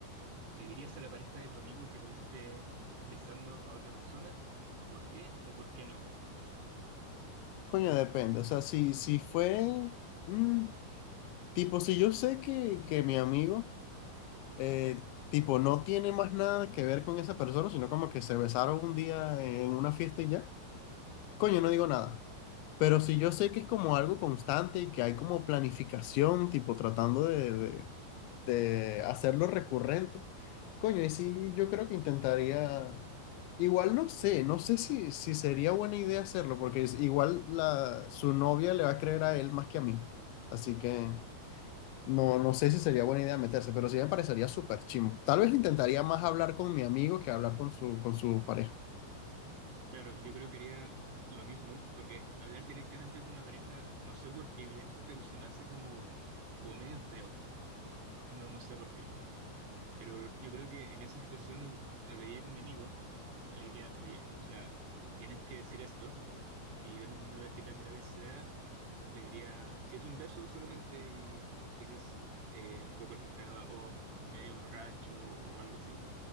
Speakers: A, on the right (about 85°); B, on the left (about 80°).
A: ¿Le dirías a la pareja de tu amigo que lo viste besando a otra persona? ¿Por qué o por qué no?
B: Coño, depende. O sea, si, si fue, mm, tipo, si yo sé que, que mi amigo, eh, tipo, no tiene más nada que ver con esa persona, sino como que se besaron un día en una fiesta y ya, coño, no digo nada. Pero si yo sé que es como algo constante y que hay como planificación, tipo, tratando de, de- de hacerlo recurrente. Coño, y sí, yo creo que intentaría, igual no sé, no sé si, si sería buena idea hacerlo, porque es- igual la, su novia le va a creer a él más que a mí. Así que no, no sé si sería buena idea meterse, pero sí me parecería súper chimbo. Tal vez intentaría más hablar con mi amigo que hablar con su, con su pareja.
A: Claro, yo creo que haría lo mismo, porque hablar directamente con una pareja, no sé por qué bien, pero se me hace como, como medio feo. No, no sé por qué. Pero yo creo que en esa situación hablaría con mi amigo y le diría, oye, o sea, tienes que decir esto. Y dependiendo de qué tan grave sea, le diría, si es un beso solamente y quizás eh, fue porque estaba o medio borracho o algo así,